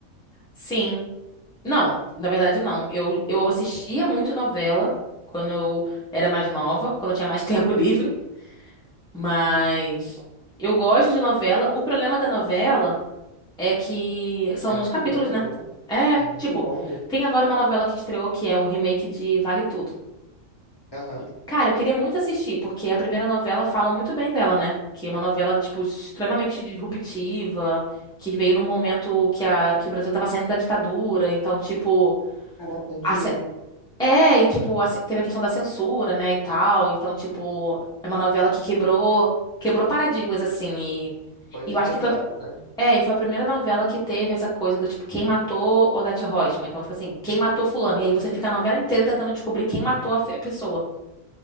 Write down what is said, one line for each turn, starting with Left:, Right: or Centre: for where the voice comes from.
Centre: Sim. Não, na verdade não. Eu eu assistia muito novela quando eu era mais nova, quando eu tinha mais <laughs> tempo livre, mas eu gosto de novela. O problema da novela é que são
Left: É
Centre: muitos
Left: muito
Centre: capítulos,
Left: longo,
Centre: né?
Left: né?
Centre: É,
Left: É muito
Centre: tipo,
Left: longo.
Centre: tem agora uma novela que estreou que é o remake de Vale Tudo.
Left: Aham.
Centre: E, Cara, eu queria muito assistir, porque a primeira novela fala muito bem dela, né? Que é uma novela, tipo, extremamente disruptiva, que veio num momento que, a, que o Brasil tava saindo da ditadura, então, tipo,
Left: Caraca, antiga.
Centre: a cen- é, e, tipo, a ce- teve a questão da censura, né, e tal, então, tipo, é uma novela que quebrou, quebrou paradigmas, assim, e,
Left: Foi
Centre: e
Left: necessário,
Centre: eu acho que foi
Left: né?
Centre: é, e foi a primeira novela que teve essa coisa do tipo, quem matou Odete Roitman? Então, tipo assim, quem matou fulano? E aí você fica a novela inteira tentando descobrir quem matou a fe- a pessoa.